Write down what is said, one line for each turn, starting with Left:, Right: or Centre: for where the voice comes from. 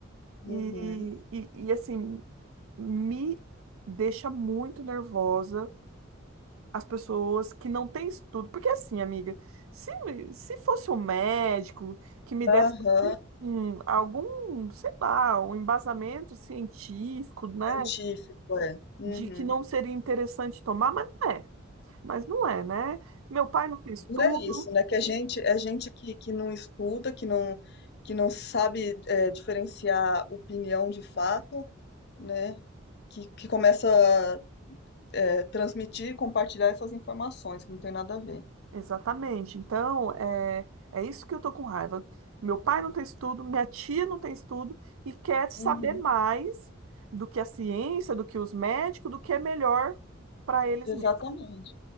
Left: uhum,
Right: e, e, e assim, me deixa muito nervosa as pessoas que não têm estudo. Porque assim, amiga, se, se fosse um médico que me desse
Left: aham,
Right: um- algum, sei lá, um embasamento científico, né,
Left: científico, é, uhum.
Right: de que não seria interessante tomar, mas não é. Mas não é, né? Meu pai não tem estudo.
Left: Não é isso, né? Que a gente, é gente que, que não estuda, que não, que não sabe eh, diferenciar opinião de fato, né? Que, que começa a é, transmitir e compartilhar essas informações, que não tem nada a ver.
Right: Exatamente. Então, é, é isso que eu tô com raiva. Meu pai não tem estudo, minha tia não tem estudo e quer saber
Left: Uhum,
Right: mais do que a ciência, do que os médicos, do que é melhor para eles
Left: exatamente.
Right: mesmos.